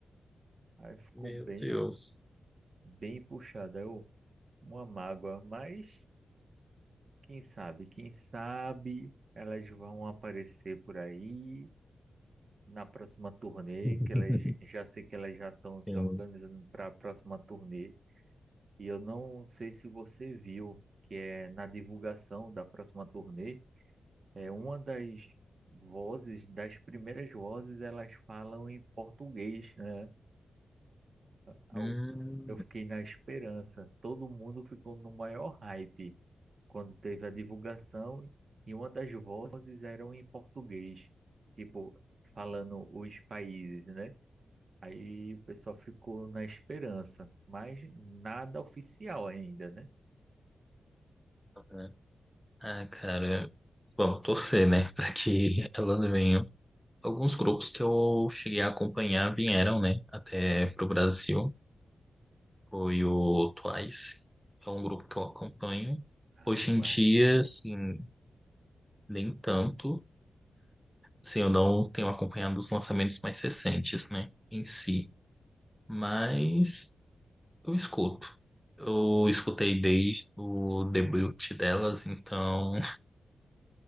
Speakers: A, on the right; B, in the centre.
A: Aí ficou
B: Meu
A: bem,
B: Deus.
A: bem puxado. Aí Eu, uma mágoa, mas quem sabe, quem sabe elas vão aparecer por aí na próxima turnê,
B: <laughs>
A: que elas j- já sei que elas já estão se
B: Sim.
A: organizando para a próxima turnê. E eu não sei se você viu que é na divulgação da próxima turnê, é uma das vozes, das primeiras vozes, elas falam em português, né? Au-
B: Hum,
A: Eu fiquei na esperança. Todo mundo ficou no maior hype quando teve a divulgação e uma das vozes eram em português, tipo falando os países, né? Aí o pessoal ficou na esperança, mas nada oficial ainda, né?
B: aham. ah, cara. Bom, torcer, né? <laughs> Para que elas venham. Alguns grupos que eu cheguei a acompanhar vieram, né? Até pro Brasil. Foi o Twice, que é um grupo que eu acompanho.
A: Ah,
B: Hoje
A: atuar.
B: em dia, assim, nem tanto. Assim, eu não tenho acompanhado os lançamentos mais recentes, né? Em si. Mas eu escuto. Eu escutei desde o debut delas, então <laughs>